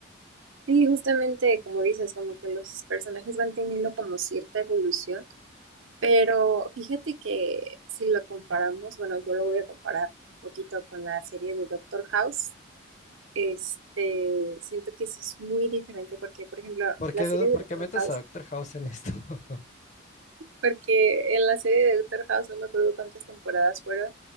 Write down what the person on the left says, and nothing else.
¿Por
qué,
por
qué metes
a Doctor House en esto? <laughs>